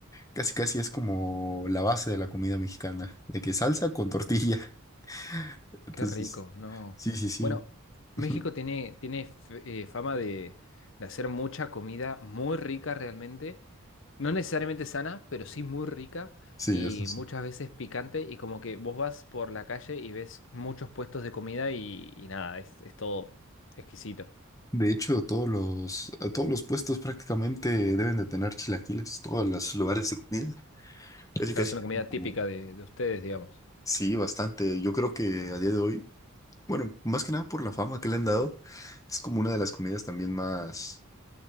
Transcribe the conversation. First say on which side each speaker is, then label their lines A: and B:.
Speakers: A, on the left; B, on the left.
A: casi casi es como la base de la comida mexicana, de que salsa con tortilla. <laughs> Entonces,
B: qué rico, no.
A: sí, sí, sí.
B: Bueno, México
A: <laughs>
B: tiene, tiene f- eh, fama de, de hacer mucha comida muy rica realmente. No necesariamente sana, pero sí muy rica
A: Sí,
B: y
A: eso sí.
B: muchas veces picante. Y como que vos vas por la calle y ves muchos puestos de comida y, y nada, es, es todo exquisito.
A: De hecho, todos los, a todos los puestos prácticamente deben de tener chilaquiles, todos los lugares de comida. Casi,
B: Claro,
A: casi.
B: es una comida
A: Mm.
B: típica de, de ustedes, digamos.
A: Sí, bastante. Yo creo que a día de hoy, bueno, más que nada por la fama que le han dado, es como una de las comidas también más,